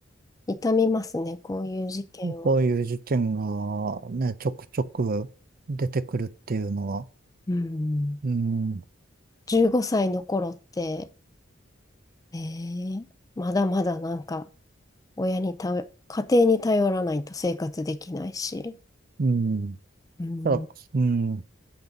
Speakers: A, on the left; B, on the right.
A: 痛みますね、こういう事件は。
B: こういう事件がね、ちょくちょく出てくるっていうのは、
A: うん
B: うん。
A: 15歳の頃って、えーまだまだなんか親に頼家庭に頼らないと生活できないし、
B: うん。
A: うん
B: ただ、うん、